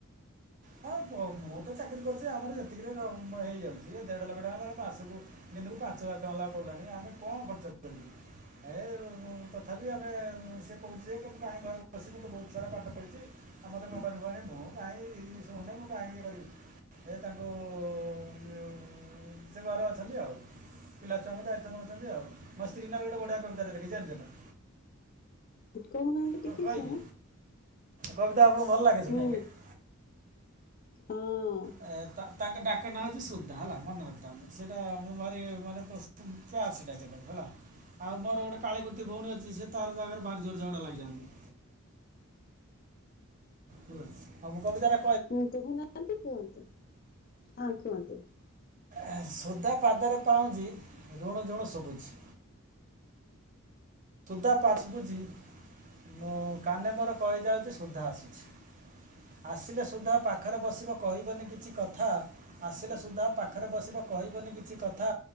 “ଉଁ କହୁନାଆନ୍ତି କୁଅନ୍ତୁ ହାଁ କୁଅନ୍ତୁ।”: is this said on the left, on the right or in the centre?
Left